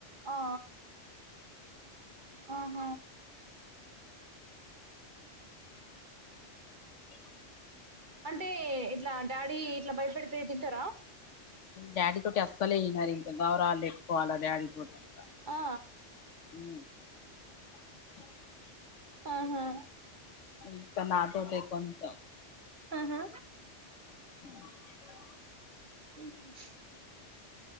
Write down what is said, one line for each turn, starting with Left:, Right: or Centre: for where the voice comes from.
Right: ఆ ఆహ
Left: ఇగు
Right: అంటే ఇట్లా డాడీ ఇట్లా భయపడితే తింటారా
Left: డాడీ తోటి అస్సలే అయినారు ఇంకా గౌరలు ఎక్కువ అలా డాడీతోటి ఇంకా
Right: ఆ
Left: ఉ <unintelligible>
Right: ఆహా
Left: ఇక నాటోటే కొంత
Right: ఆహా
Left: ఆ
Right: తింజ్